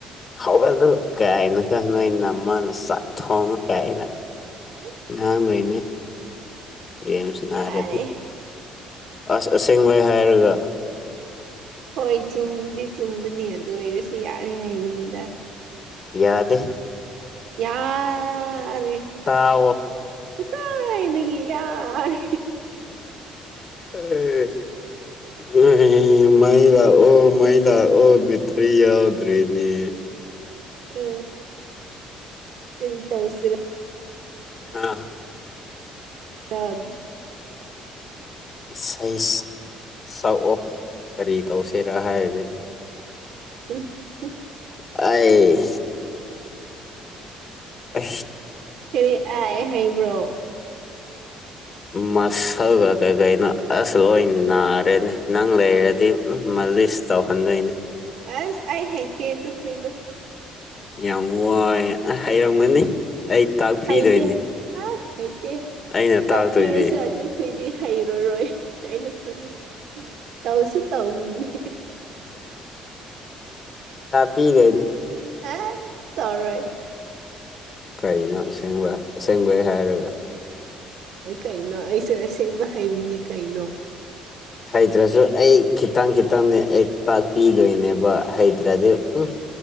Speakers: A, on the left (about 40°); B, on the right (about 75°).
A: ꯍꯧꯒꯗꯨ ꯀꯥꯏꯅ ꯀ ꯅꯣꯏ ꯅꯝꯃꯅ ꯆꯥꯛ ꯊꯣꯡꯉ ꯀꯥꯏꯅ
B: ꯑꯁ
A: ꯥꯡ ꯩꯅꯦ ꯒꯦꯝꯁꯤ ꯅꯥ
B: ꯌꯥꯔꯦ
A: ꯍꯥꯏꯔꯗꯤ ꯑꯁ ꯑꯁꯦꯡꯕꯩ ꯍꯥꯏꯔꯒ
B: ꯍꯣꯏ ꯆꯨꯝꯗꯤ ꯆꯨꯝꯕꯅꯤ ꯑꯗꯨ ꯑꯣꯏꯔꯁꯨ ꯌꯥꯔꯦ ꯍꯥꯏꯕꯅꯤꯗ
A: ꯌꯥꯗꯦ
B: ꯌꯥ ꯌꯥꯔꯦ
A: ꯇꯥꯎꯋꯣ
B: ꯉꯁꯥꯏꯗꯒꯤ ꯌꯥꯔꯦ
A: ꯑꯦ ꯎ ꯃ ꯃꯂ ꯑꯣ ꯃꯩꯂ ꯑꯣ ꯕꯤꯇ꯭ꯔꯤ ꯑꯣ ꯗ꯭ꯔꯤꯅꯤ
B: ꯎ ꯀꯔꯤ ꯇꯧꯁꯤꯔ
A: ꯑꯥ
B: ꯑ
A: ꯏꯁꯩꯛ ꯁꯛꯑꯣ ꯀꯔꯤ ꯇꯧꯁꯤꯔꯥ ꯍꯥꯏꯔꯁꯦ
B: ꯍ
A: ꯑ ꯑ
B: ꯍꯔꯤ ꯑ ꯍꯩꯕ꯭ꯔꯣ
A: ꯃꯁꯜꯒ ꯀꯩꯀꯩꯅꯣ ꯑꯁ ꯂꯣꯏ ꯅꯥꯔꯦꯅꯤ ꯅꯪ ꯂꯩꯔꯗꯤ ꯎ ꯑꯃ ꯂꯤꯁ ꯇꯧꯍꯟꯗꯣꯏꯅꯤ
B: ꯑꯁ ꯑꯩ ꯍꯩꯇꯦ ꯗꯨꯈꯣꯏ ꯗꯨ
A: ꯌꯥꯝ ꯋꯥꯏ ꯍꯩꯔꯝꯒꯅꯤ ꯑꯩ ꯇꯥꯛꯄꯤꯗꯣꯏꯅꯤ
B: ꯍꯩꯇꯦ ꯑ ꯍꯩꯇꯦ
A: ꯑꯩꯅ
B: ꯇꯞꯄꯤꯔꯁꯨ
A: ꯇꯥꯛꯇꯣꯏꯗꯤ
B: ꯑꯗꯨꯈꯗꯤ ꯍꯩꯔꯔꯣꯏ ꯑꯩꯅ ꯈꯪꯉꯤ ꯇꯧꯁꯨ ꯇꯧꯅꯤꯡꯗꯦ
A: ꯄꯤꯗꯅꯦ
B: ꯑꯦ ꯇꯔꯣꯏ
A: ꯀꯩꯅꯣ ꯑꯁꯦꯡꯕ ꯑꯁꯦꯡꯕꯩ ꯍꯥꯏꯔꯒ
B: ꯀꯩꯅꯣ ꯑꯩꯁꯨ ꯑꯁꯦꯡꯕ ꯍꯥꯏꯩꯕꯤꯅꯤ ꯀꯩꯅꯣ
A: ꯍꯩꯇ꯭ꯔꯁꯨ ꯑꯩ ꯈꯤꯇꯪ ꯈꯤꯇꯪꯗꯤ ꯑꯩ ꯇꯥꯛꯄꯤꯗꯣꯏꯅꯦꯕ ꯍꯩꯇ꯭ꯔꯗꯤ ꯎꯝ